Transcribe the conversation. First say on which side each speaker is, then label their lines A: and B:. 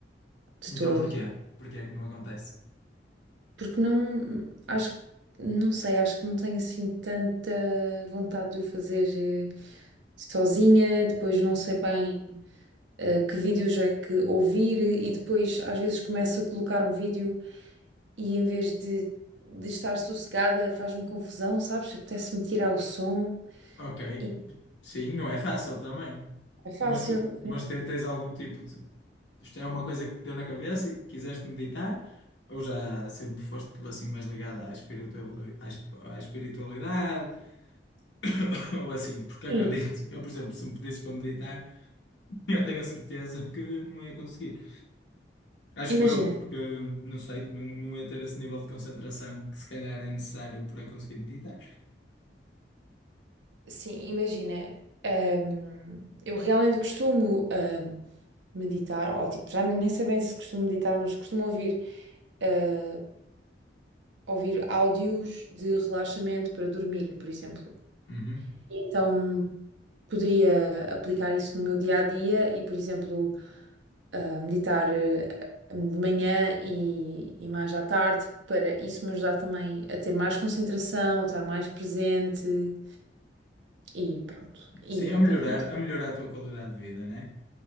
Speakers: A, on the right; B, on the left.
A: de
B: Então
A: todo,
B: porquê? Porquê é que não acontece?
A: porque não, acho, não sei, acho que não tenho assim tanta vontade de o fazer eh, sozinha, depois não sei bem eh, que vídeos é que ouvir e depois às vezes começo a colocar um vídeo e em vez de, de estar sossegada, faz-me confusão, sabes? Apetece-me tirar o som
B: Ok,
A: e
B: sim, não é fácil também,
A: é fácil.
B: mas tu, mas te- tens algum tipo de, isto é uma coisa que te deu na cabeça e que quiseste meditar, ou já sempre foste assim mais ligada à espiritual à, esp- à espiritualidade, <laughs> <coughs> ou assim, porque acredito,
A: Sim,
B: eu, por exemplo, se me pedisses para meditar. <laughs> Eu tenho a certeza que não ia conseguir. Acho
A: imagina.
B: eu, porque não sei, não, não ia ter esse nível de concentração que se calhar é necessário para conseguir meditar.
A: Sim, imagina. hum, eu realmente costumo hum, meditar, ou tipo, já nem sei bem se costumo meditar, mas costumo ouvir, hum, ouvir áudios de relaxamento para dormir, por exemplo.
B: Uhum.
A: E Então poderia aplicar isso no meu dia a dia e, por exemplo, a meditar eh, de manhã e, e mais à tarde, para isso me ajudar também a ter mais concentração, a estar mais presente e pronto. E
B: Sim,
A: não
B: a melhorar,
A: tem como.
B: a melhorar a tua qualidade de vida, né?